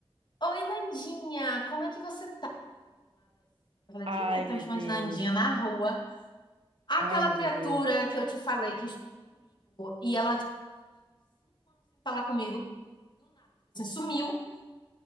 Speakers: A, on the left; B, on the right.
A: oi, Nandinha, como você...
B: Ai,
A: quem é que tá
B: meu
A: me chamando
B: Deus.
A: na rua? Aquela
B: Ai, meu
A: criatura
B: Deus.
A: que eu te falei, ia comigo, dormiu.